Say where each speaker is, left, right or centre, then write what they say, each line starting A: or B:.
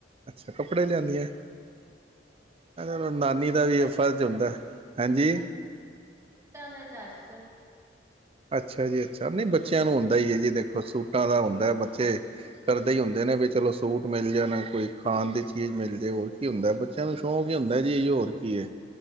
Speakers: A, on the right; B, on the right.
A: ਅੱਛਾ ਕੱਪੜੇ ਲਿਆਂਦੀਆਂ
B: ਹੋਰ
A: ਚ ਨਾਨੀ
B: ਸੂਟਾਂ
A: ਦਾ ਵੀ
B: ਚੱਸ
A: ਇਹ ਫ਼ਰਜ਼ ਹੁੰਦਾ ਹਾਂਜੀ
B: ਸੂਟਾਂ ਦਾ ਚੱਸ
A: ਅੱਛਾ ਜੀ ਅੱਛਾ ਨਹੀਂ ਬੱਚਿਆਂ ਨੂੰ ਹੁੰਦਾ ਹੀ ਹੈ ਜੀ ਦੇਖੋ ਸੂਟਾਂ ਦਾ ਹੁੰਦਾ ਬੱਚੇ ਕਰਦੇ ਹੀ ਹੁੰਦੇ ਨੇ ਵੀ ਚਲੋ ਸੂਟ ਮਿਲ ਜਾਣ ਕੋਈ ਖਾਣ ਦੀ ਚੀਜ਼ ਮਿਲ ਜਾਵੇ ਹੋ ਕੀ ਹੁੰਦਾ ਬੱਚਿਆਂ ਨੂੰ ਸ਼ੌਂਕ ਹੀ ਹੁੰਦਾ ਜੀ ਹੋਰ ਕੀ ਹੈ